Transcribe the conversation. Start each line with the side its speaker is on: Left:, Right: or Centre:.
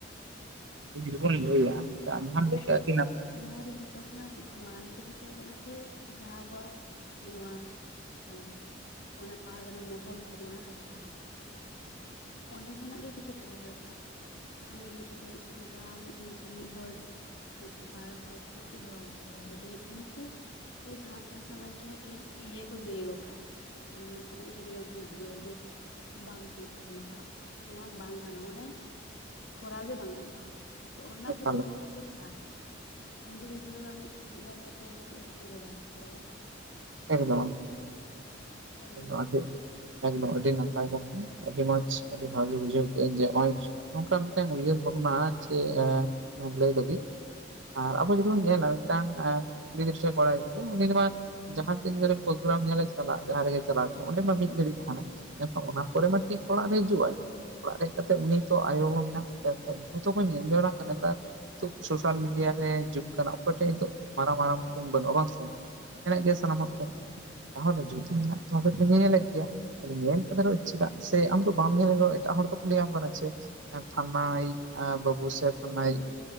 Right: ᱡᱩᱫᱤ ᱵᱚᱱ ᱞᱟ. ᱭᱟ
Left: ᱢᱮ
Right: <unintelligible>
Left: ᱟᱨ ᱱᱚᱣᱟ ᱫᱚ ᱡᱷᱚᱛᱚ ᱠᱷᱚᱱᱟᱜ ᱢᱟᱨᱟᱝ ᱡᱤᱱᱤᱥ ᱦᱩᱭᱩᱜ ᱠᱟᱱᱟ ᱡᱮ, ᱡᱟᱦᱟᱸ ᱟᱵᱚᱣᱟᱜ ᱱᱚᱣᱟ ᱦᱮᱸ ᱚᱱᱮ, ᱯᱟᱦᱟᱲᱜᱟᱱᱟ ᱢᱚᱦᱚᱞ ᱠᱚ ᱢᱮᱱᱟᱜᱼᱟ ᱡᱟᱸᱦᱟ ᱚᱸᱰᱮ ᱠᱷᱚᱱᱟᱜ ᱜᱮ ᱠᱤᱪᱷᱩ ᱠᱚᱨᱟᱣ ᱫᱚᱨᱠᱟᱨ, ᱤᱭᱩᱱᱤᱴ ᱠᱷᱚᱱ ᱱᱚᱝᱠᱟ ᱢᱤᱫ ᱦᱚᱲ ᱵᱟᱨ ᱦᱚᱲᱛᱮ ᱪᱮᱫ ᱦᱚᱸ ᱵᱟᱢ ᱪᱤᱠᱟᱹ ᱫᱟᱲᱮᱭᱟᱜᱼᱟ᱾ ᱡᱚᱫᱤ ᱩᱱᱠᱩ ᱡᱮ ᱥᱟᱱᱛᱟᱞ ᱥᱚᱢᱟᱡᱽ ᱨᱮ ᱢᱤᱫᱴᱮᱱ ᱤᱭᱟᱹ ᱠᱚ ᱜᱤᱲᱤ ᱜᱚᱜ ᱠᱟᱜ-ᱟ᱾ ᱢᱟᱱᱮ ᱱᱚᱝᱠᱟᱱᱟᱜ ᱢᱤᱫᱴᱮᱱ ᱱᱤᱭᱚᱢ ᱠᱚ ᱜᱤᱰᱤᱭᱟ ᱡᱮ, ᱵᱟᱝ ᱜᱟᱱᱚᱜ ᱛᱟᱵᱚᱱᱟ ᱟᱵᱚᱣᱟᱜ᱾ ᱱᱚᱣᱟ ᱵᱟᱝ ᱜᱟᱱᱚᱜᱼᱟ, ᱢᱟᱱᱮ ᱠᱚᱨᱟᱣ ᱜᱮ ᱵᱟᱝ ᱜᱟᱱᱚᱜᱼᱟ᱾ ᱛᱚ ᱚᱱᱟ
Right: ᱮᱠᱟᱞ
Left: ᱠᱷᱟᱹᱛᱤᱨ ᱩᱱᱠᱩ ᱠᱚ ᱠᱚᱨᱟᱣ ᱮᱫᱟ᱾ ᱤᱱᱰᱤᱵᱷᱤᱡᱩᱞᱟᱢ ᱢᱤᱫ ᱦᱚᱲ ᱠᱟᱛᱮᱫ ᱪᱮᱫ ᱦᱚᱸ ᱪᱮᱫ ᱦᱚᱸ ᱵᱟᱢ ᱪᱤᱠᱟᱹ ᱫᱟᱲᱮᱭᱟᱜᱼᱟ᱾
Right: ᱮᱠᱫᱚᱢ
Left: ᱚᱱᱟᱜᱮ ᱟᱢ
Right: ᱮᱠᱫᱚᱢ
Left: ᱞᱟᱹᱭ ᱢᱮ
Right: ᱮᱠᱫᱚᱢ᱾ <unintelligible> ᱮᱠᱫᱚᱢ ᱟᱹᱰᱤ ᱱᱟᱯᱟᱭ ᱠᱟᱛᱷᱟ᱾ ᱟᱹᱰᱤ ᱢᱚᱸᱡᱽ ᱟᱹᱰᱤ ᱵᱷᱟᱜᱮ ᱵᱩᱡᱷᱟᱹᱣ ᱠᱮᱫ ᱟᱧ ᱡᱮ ᱱᱚᱜᱚᱭ ᱱᱚᱝᱠᱟ ᱢᱤᱫᱴᱟᱝ ᱩᱭᱦᱟᱹᱨ ᱵᱷᱟᱵᱽᱱᱟ ᱡᱮ, ᱞᱟᱹᱭ ᱞᱟᱹᱜᱤᱫ ᱟᱨ ᱟᱵᱚ ᱡᱩᱫᱤ ᱵᱚᱱ ᱧᱮᱞᱟ, ᱢᱤᱫᱴᱟᱝ ᱠᱩᱲᱤ ᱜᱤᱫᱽᱨᱟᱹ ᱥᱮ ᱠᱚᱲᱟ ᱜᱤᱫᱽᱨᱟᱹ ᱩᱱᱤ ᱫᱚ ᱢᱟ ᱡᱟᱦᱟᱸ ᱛᱤᱱ ᱜᱮ ᱯᱨᱳᱜᱨᱟᱢ ᱧᱮᱞᱮ ᱪᱟᱞᱟᱜ ᱡᱟᱦᱟᱸ ᱨᱮᱜᱮ ᱪᱟᱞᱟᱣ ᱦᱚᱪᱚᱼᱟ, ᱚᱸᱰᱮ ᱢᱟ ᱢᱤᱫ ᱜᱷᱟᱹᱲᱤᱡ ᱛᱟᱦᱮᱱᱟ᱾ ᱢᱮᱱᱠᱷᱟᱱ ᱚᱱᱟ ᱯᱚᱨᱮ ᱢᱟ ᱴᱷᱤᱠ ᱚᱲᱟᱜ ᱨᱮ ᱦᱤᱡᱩᱜᱼᱟᱭ᱾ ᱚᱲᱟᱜ ᱦᱮᱡ ᱠᱟᱛᱮᱫ ᱩᱱᱤ ᱛᱚ ᱟᱭᱳ ᱵᱟᱵᱟ ᱦᱚᱸ ᱢᱮᱱᱟᱜ ᱠᱚᱛᱟᱭᱟ, ᱩᱱᱠᱩ ᱛᱚᱠᱚ ᱧᱮᱞ ᱫᱟᱲᱮᱭᱟᱜ ᱠᱟᱱᱟ ᱱᱮᱛᱟᱨ ᱥᱳᱥᱟᱞ ᱢᱤᱰᱤᱭᱟ ᱨᱮ ᱡᱩᱜᱽ ᱠᱟᱱᱟ᱾ ᱚᱠᱚᱭ ᱴᱷᱮᱱ ᱫᱚ ᱢᱟᱨᱟᱝ ᱢᱟᱨᱟᱝ ᱯᱷᱩᱱ ᱵᱟᱹᱱᱩᱜᱼᱟ ᱵᱟᱝ ᱥᱮ᱾ ᱧᱮᱞᱮᱫ ᱜᱮᱭᱟ ᱥᱟᱱᱟᱢ
Left: ᱦᱩᱸ
Right: ᱦᱚᱲ ᱴᱷᱮᱱ, ᱛᱟᱦᱚᱞᱮ ᱡᱩᱫᱤ ᱢᱮᱱᱟᱜ ᱛᱟᱢᱮ ᱧᱮᱞᱮᱫ ᱜᱮᱭᱟ। ᱧᱮᱞ ᱠᱟᱛᱮ ᱨᱮᱦᱚᱸ ᱪᱮᱫᱟᱜ ᱥᱮ ᱟᱢ ᱫᱚ ᱵᱟᱢ ᱧᱮᱞᱨᱮᱦᱚᱸ ᱮᱴᱟᱜ ᱦᱚᱲ ᱫᱚᱠᱚ ᱞᱟᱹᱭᱟᱢ ᱠᱟᱱᱟ ᱪᱮ᱾ ᱯᱷᱟᱞᱱᱟᱭᱤᱡ ᱵᱟᱹᱵᱩ ᱥᱮ, ᱯᱷᱟᱞᱱᱟᱭᱤᱡ
Left: ᱦᱩᱸ